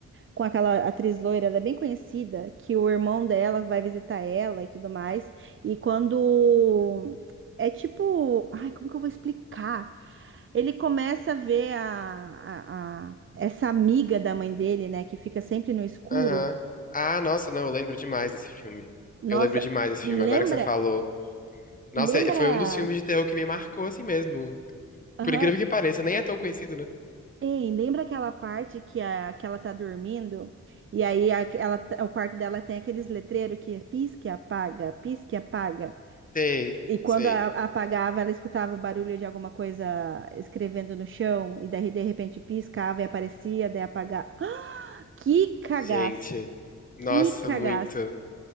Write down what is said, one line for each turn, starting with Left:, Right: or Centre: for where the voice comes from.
Right: com aquela atriz loira, ela é bem conhecida, que o irmão dela vai visitar ela e tudo mais. E quando. É tipo. Ai, como que eu vou explicar? Ele começa a ver a, a- a- essa amiga da mãe dele, né, que fica sempre no escuro.
Left: Aham. Ah, nossa, não, eu lembro demais desse filme.
Right: Nossa,
Left: Eu lembro demais desse
Right: lembra.
Left: filme, agora que você falou. Nossa,
Right: Lembra.
Left: é- foi um dos filmes de terror que me marcou assim mesmo.
Right: Aham,
Left: Por incrível que pareça, nem é tão conhecido, né?
Right: Ei, lembra aquela parte que, a, que ela tá dormindo? E aí a- ela, tá- o quarto dela tem aqueles letreiros que pisca e apaga, pisca e apaga.
Left: Sei,
Right: E quando
Left: sei.
Right: a- apagava, ela escutava o barulho de alguma coisa escrevendo no chão, e daí de repente piscava e aparecia, daí apagava. <gasps> que cagaço!
Left: Gente, nossa,
Right: Que cagaço!
Left: muito.